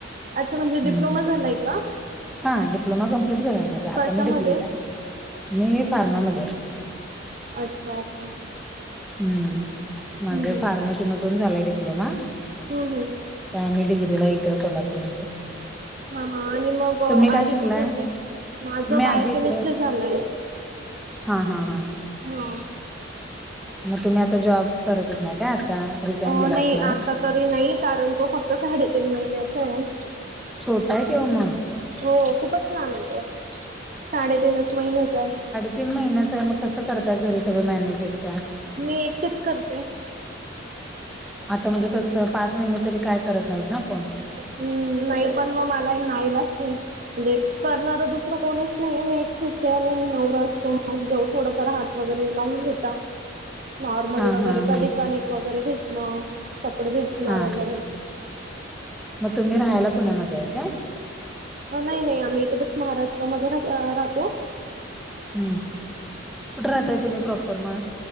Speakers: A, on the right (about 40°); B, in the centre.
A: अच्छा म्हणजे डिप्लोमा
B: हम्म.
A: झालाय का?
B: हा डप्लमा कंम प्लीट झालाय माझा. आता
A: कशामध्ये
B: मी डिग्रीला आहे. मी फार्मामध्ये आहे.
A: अच्छा ओके.
B: हम्म
A: हम्म
B: माझ
A: हम्म
B: फार्मसीमधून झालय डिप्लोमा.
A: हम्म हम्म
B: आम्ही डिग्रीला इकडे कोल्हापूरमध्ये.
A: हा हा आणि मग
B: तुम्ही काय
A: आधी
B: शिकलाय
A: कुठ होते. माझ
B: मी
A: बायोकेमिस्ट्री
B: आधी इकड
A: झालय.
B: हा हा हा
A: हा
B: मग तुम्ही आता जॉब करतच नाही का आता. रिझाईन
A: अ
B: दिला
A: नाही
B: असणार
A: आता तरी नाही. कारण तो फक्त साडेतीन महिन्याचा आहे.
B: छोटा आहे की ओ मग
A: हो खूपच लाहान आहेेत साडेतीनच महिन्याच आहे
B: तीन महिन्याच आहे मग कसं करतय घरी सगळं मॅनेज एकट्या
A: मी एकटेच करते
B: आता म्हणजे कसं पाच महिने तरी काय करत नाहीत ना आपण
A: हम्म नाही पण मग मला नाहीलाच म्हणजे करणार दुसरं कोणीच नाही मी एकथ नवर असतो मग जाऊ थोडफार हात वगैरे लावून घेता नॉर्मली
B: हा
A: वगैरे
B: हा
A: कधी
B: हा
A: कनिक वगैरे भिजणं कपडे भिजणं
B: हा
A: वगैरे
B: मग तुम्ही राहायला पुण्यामध्ये आहे काय
A: नाही नाही आम्ही एकदच महाराष्ट्रामध्ये राहतो
B: हम्म कुठे राहताय तुम्ही प्रॉपर मग